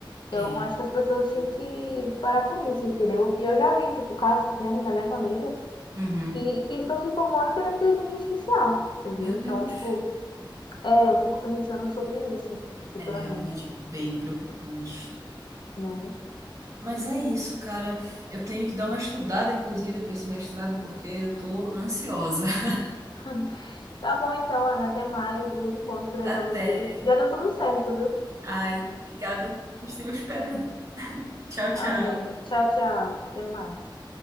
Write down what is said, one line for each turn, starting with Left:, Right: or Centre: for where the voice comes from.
Left: Então,
Right: é.
Left: acho que as pessoas tinham que parar com isso, entendeu? E eu já vi, tipo, casos mesmo na minha família
Right: Uhum.
Left: que, que estão se formando pela inteligência artificial, entendeu?
Right: Meu Deus,
Left: Então, tipo, é, eu fico pensando sobre isso futuramente,
Right: é realmente bem preocupante.
Left: né?
Right: Mas é isso, cara. Eu tenho que dar uma estudada, inclusive, para esse mestrado, porque eu tô ansiosa. <laughs>
Left: <laughs> Tá bom então, Ana, até mais, viu? Bom estudar
Right: Até.
Left: pra vocês. Já deu tudo certo, viu?
Right: Ai, obrigada. Assim eu espero.
Left: <laughs>
Right: Tchau, tchau.
Left: Amém. Tchau, tchau. Até mais.